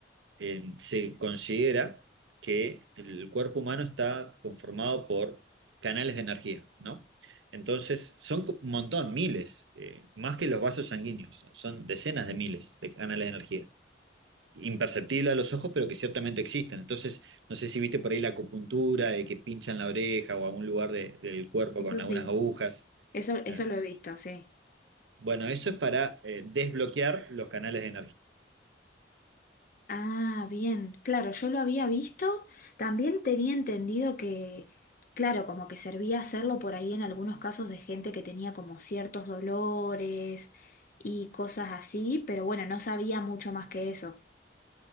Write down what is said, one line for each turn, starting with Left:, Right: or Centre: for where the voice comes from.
Right: eh, se considera que el cuerpo humano está conformado por canales de energía, ¿no? Entonces, son un montón, miles, eh, más que los vasos sanguíneos, son decenas de miles de canales de energía. Imperceptible a los ojos, pero que ciertamente existen. Entonces, no sé si viste por ahí la acupuntura, de que pinchan la oreja o algún lugar de- del cuerpo
Left: Eso
Right: con
Left: sí,
Right: algunas agujas.
Left: eso, eso
Right: Ah,
Left: lo he visto, sí.
Right: Bueno, eso es para eh, desbloquear los canales de energía.
Left: Ah, bien. Claro, yo lo había visto. También tenía entendido que, claro, como que servía hacerlo por ahí en algunos casos de gente que tenía como ciertos dolores y cosas así, pero bueno, no sabía mucho más que eso.